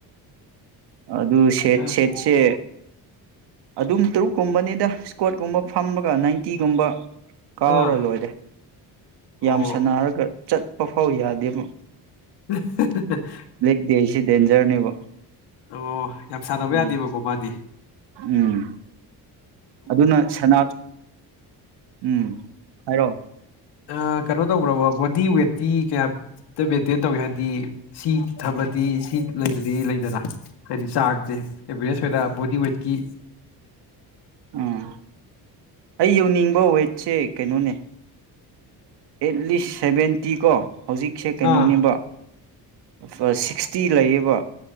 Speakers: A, on the right; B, on the left.
A: ꯑꯗꯨ ꯁꯦꯠ
B: ꯑꯥ
A: ꯁꯦꯠꯁꯦ ꯑꯗꯨꯝ ꯇꯔꯨꯛꯀꯨꯝꯕꯅꯤꯗ ꯏꯁꯀ꯭ꯋꯥꯠꯀꯨꯝꯕ ꯐꯝꯃꯒ ꯅꯥꯏꯟꯇꯤꯒꯨꯝꯕ ꯀꯥꯎꯔ
B: ꯑꯥ
A: ꯂꯣꯏꯔꯦ꯫
B: ꯑꯣ
A: ꯌꯥꯝ ꯁꯅꯥꯔꯒ ꯆꯠꯄ ꯐꯥꯎ ꯌꯥꯗꯦꯕ꯫
B: <unintelligible>
A: ꯂꯦꯛ ꯗꯦꯁꯤ ꯗꯦꯟꯖꯔꯅꯦꯕ
B: ꯑꯣ ꯌꯥꯝ ꯁꯥꯟꯅꯕ
A: ꯎꯝ
B: ꯌꯥꯗꯦꯕꯀꯣ ꯃꯥꯗꯤ? ꯍ
A: ꯎꯝ ꯑꯗꯨꯅ ꯁꯅꯥ ꯎꯝ ꯍꯥꯏꯔꯣ
B: ꯑ ꯀꯩꯅꯣ ꯇꯧꯕ꯭ꯔꯕ ꯕꯣꯗꯤ ꯋꯦꯠꯇꯤ ꯀꯌꯥꯝꯇ ꯃꯦꯟꯇꯦꯟ ꯇꯧꯏ ꯍꯥꯏꯕꯗꯤ ꯁꯤ ꯊꯝꯂꯗꯤ ꯁꯤ ꯂꯩꯗꯨꯗꯤ ꯂꯩꯗꯅ? ꯍꯥꯏꯗꯤ ꯆꯥꯡꯁꯦ ꯑꯦꯚꯔꯦꯖ ꯑꯣꯏꯅ ꯕꯣꯗꯤ ꯋꯦꯠꯀꯤ
A: ꯎꯝ ꯑꯩ ꯌꯧꯅꯤꯡꯕ ꯋꯦꯠꯁꯦ ꯀꯩꯅꯣꯅꯦ ꯑꯦꯠꯂꯤꯁ ꯁꯚꯦꯟ ꯇꯤꯀꯣ ꯍꯧꯖꯤꯛꯁꯦ ꯀꯩꯅꯣꯅꯦꯕ
B: ꯑꯥ
A: ꯐ ꯁꯤꯛꯁ ꯇꯤ ꯂꯩꯌꯦꯕ